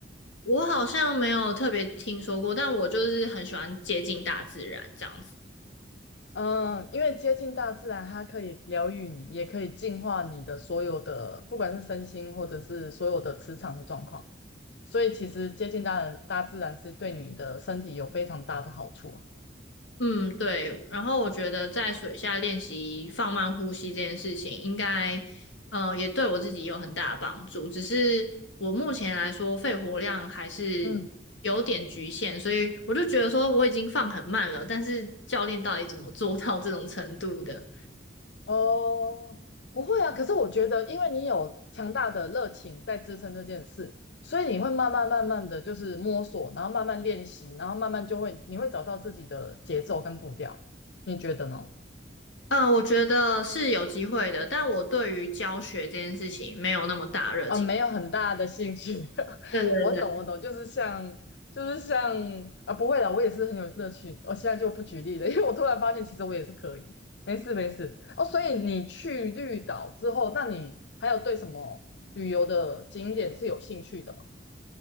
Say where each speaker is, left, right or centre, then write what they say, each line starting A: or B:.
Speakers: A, on the left; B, on the left.
A: 我好像没有特别听说过，但我就是很喜欢接近大自然这样子。
B: 嗯，因为接近大自然，它可以疗愈你，也可以净化你的所有的，不管是身心或者是所有的磁场的状况。所以其实接近大人大自然是对你的身体有非常大的好处啊。
A: 嗯，对。然后我觉得在水下练习放慢呼吸这件事情，应该呃也对我自己有很大的帮助。只是我目前来说，肺活量还是有点局限，
B: 嗯。
A: 所以我就觉得说我已经放很慢了，但是教练到底怎么做到这种程度的？
B: 哦，不会啊。可是我觉得，因为你有强大的热情在支撑这件事，所以你会慢慢慢慢的就是摸索，然后慢慢练习，然后慢慢就会，你会找到自己的节奏跟步调。你觉得呢？
A: 嗯，我觉得是有机会的，但我对于教学这件事情没有那么大热情。
B: 啊，没有很大的兴趣。<laughs>
A: 对对对。
B: 我懂，我懂，就是像，就是像，啊，不会啦，我也是很有乐趣。我现在就不举例了，<laughs> 因为我突然发现，其实我也是可以。没事，没事。哦，所以你去绿岛之后，那你还有对什么旅游的景点是有兴趣的吗？